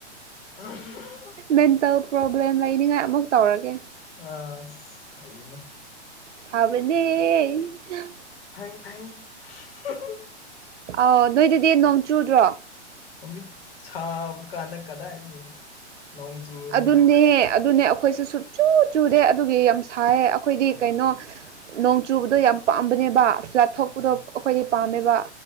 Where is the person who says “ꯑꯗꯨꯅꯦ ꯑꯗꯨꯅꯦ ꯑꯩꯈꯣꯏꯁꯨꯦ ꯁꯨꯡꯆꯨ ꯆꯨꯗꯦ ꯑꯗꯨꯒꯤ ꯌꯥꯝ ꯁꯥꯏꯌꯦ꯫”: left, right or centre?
Right